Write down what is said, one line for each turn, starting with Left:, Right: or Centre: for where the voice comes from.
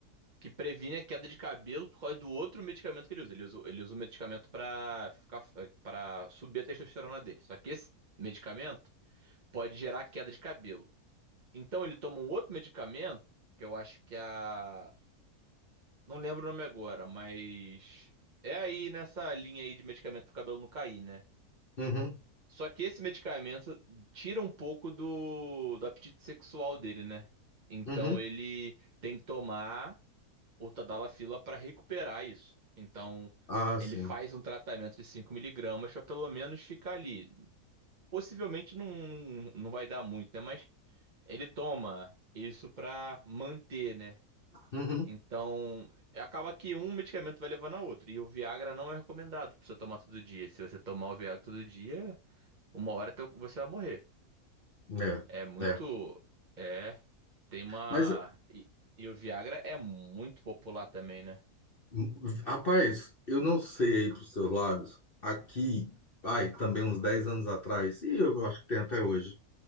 Right: que previne a queda de cabelo por causa do outro medicamento que ele usa. Ele usa, ele usa um medicamento pra ficar para subir a testosterona dele. Só que esse medicamento pode gerar queda de cabelo. Então ele toma um outro medicamento, que eu acho que é a não lembro o nome agora, mas é aí nessa linha aí de medicamento pro cabelo não cair, né?
Left: uhum,
Right: Só que esse medicamento tira um pouco do, do apetite sexual dele, né? Então
Left: uhum.
Right: ele tem que tomar o Tadalafila para recuperar isso. Então,
Left: Ah,
Right: ele
Left: sim.
Right: faz um tratamento de cinco miligramas para pelo menos ficar ali. Possivelmente não, não, não vai dar muito, né? Mas ele toma isso para manter, né?
Left: Uhum.
Right: Então, acaba que um medicamento vai levando a outro. E o Viagra não é recomendado pra você tomar todo dia. Se você tomar o Viagra todo dia, uma hora teu- você vai morrer.
Left: É,
Right: É muito.
Left: é.
Right: É. Tem uma.
Left: Mas,
Right: E, e o Viagra é muito popular também, né?
Left: hum, rapaz, eu não sei aí pros seus lados. Aqui, ai, também uns 10 anos atrás, e eu acho que tem até hoje,